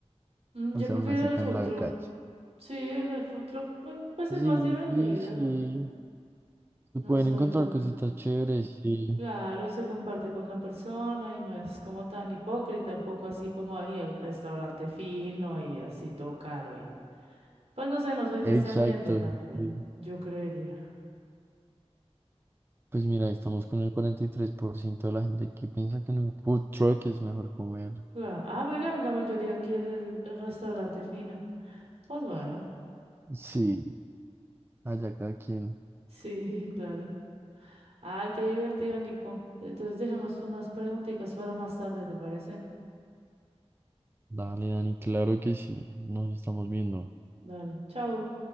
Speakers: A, on the right (about 65°); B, on the right (about 20°).
A: Mm,
B: O
A: Yo
B: sea,
A: prefiero
B: una cita
A: el food
B: en la
A: truck.
B: calle.
A: Sí, en el food truck, pues, pues
B: Sí,
A: es más divertido.
B: sí, sí. Se
A: No
B: pueden
A: soy
B: encontrar
A: tan...
B: cositas chéveres, sí.
A: Claro, y se comparte con la persona y no es como tan hipócrita, tampoco así como ahí el restaurante fino y así todo caro. Y... Pues no sé, no soy de
B: Exacto,
A: ese ambiente también,
B: sí.
A: yo creería.
B: Pues mira, estamos con el 43% de la gente que piensa que en un food truck es mejor comer.
A: Claro. Ah, bueno, la la mayoría quiere el, el restaurante fino. Pues bueno,
B: Sí, allá cada quien.
A: sí, <laughs> claro. Ay, qué divertido, Nico. Entonces dejemos unas preguntitas para más tarde, ¿te parece?
B: Dale, Dani, claro que sí. Nos estamos viendo.
A: Dale, chao.